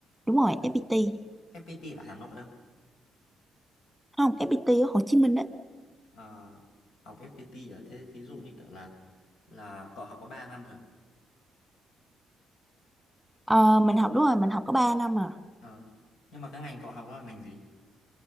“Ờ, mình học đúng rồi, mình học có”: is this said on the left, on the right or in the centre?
Centre